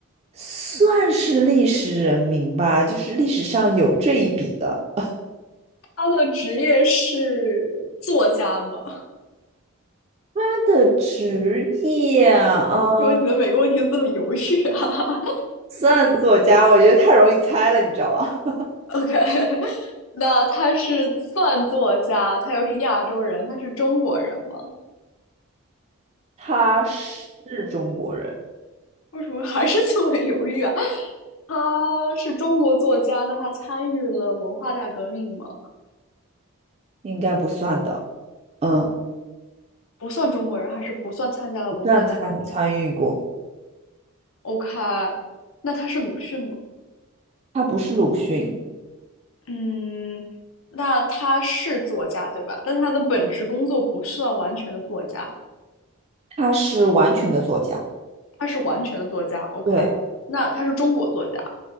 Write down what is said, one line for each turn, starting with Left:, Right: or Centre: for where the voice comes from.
Right: 算是历史人名吧，就是历史上有这一笔的。
Left: 他的职业是作家吗？<laughs>
Right: 他的职业，嗯，
Left: 因为什么你的每个问题都这么犹豫啊
Right: 算作家，我觉得太容易猜了，你知道吧？
Left: <laughs>？OK，那他是算作家，他又是亚洲人，他是中国人吗？
Right: 他是中国人，
Left: 为什么还是这么犹豫啊？他是中国作家，那他参与了文化大革命吗？
Right: 应该不算的，嗯，
Left: 不算中国人，还是不算参加了文化大革命
Right: 不算参参与过，
Left: ？OK，那他是鲁迅吗？
Right: 他不是鲁迅。
Left: 嗯，那他是作家对吧？但他的本职工作不算完全的作家。
Right: 他是完全的作家，
Left: 他是完全的作家，OK，
Right: 对，
Left: 那他是中国作家，